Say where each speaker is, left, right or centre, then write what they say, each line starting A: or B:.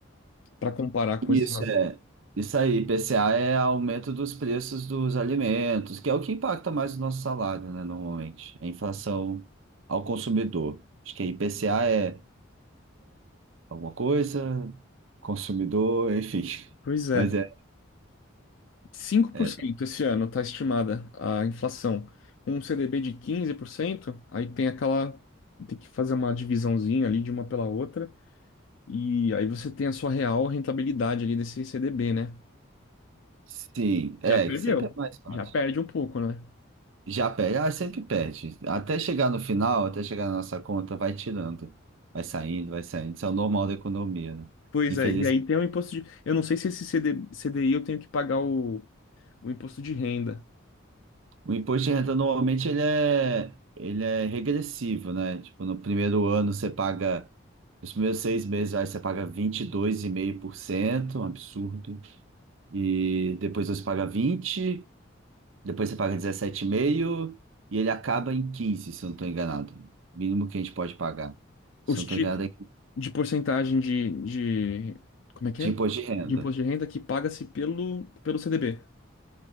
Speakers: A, on the left; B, on the right.
A: para comparar com
B: Isso.
A: esse.
B: É, isso aí, IPCA é aumento dos preços dos alimentos, que é o que impacta mais o nosso salário, né, normalmente. É inflação ao consumidor. Acho que IPCA é alguma coisa, consumidor, enfim. <laughs>
A: Pois é.
B: Mas é.
A: cinco por
B: é
A: cento esse ano está estimada a inflação. Com um CDB de 15% aí tem aquela. Tem que fazer uma divisãozinha ali de uma pela outra. E aí você tem a sua real rentabilidade ali desse CDB, né?
B: Sim, é,
A: Já perdeu.
B: que sempre é mais fácil.
A: Já perde um pouco, né?
B: Já perde, ah, sempre perde. Até chegar no final, até chegar na nossa conta, vai tirando. Vai saindo, vai saindo. Isso é o normal da economia, né?
A: Pois
B: Infeliz...
A: é. E aí tem o imposto de. Eu não sei se esse CD... CDI eu tenho que pagar o, o imposto de renda.
B: O imposto de renda normalmente ele é, ele é regressivo, né? Tipo, no primeiro ano você paga, nos primeiros seis meses aí você paga 22,5%, um absurdo. E depois você paga 20, Depois você paga 17,5 e meio e ele acaba em 15, se eu não estou enganado. Mínimo que a gente pode pagar. Se
A: Os
B: eu não
A: títulos
B: estou enganado, é 15
A: de porcentagem de, de. Como é que
B: de
A: é?
B: imposto de renda.
A: De imposto de renda que paga-se pelo, pelo CDB.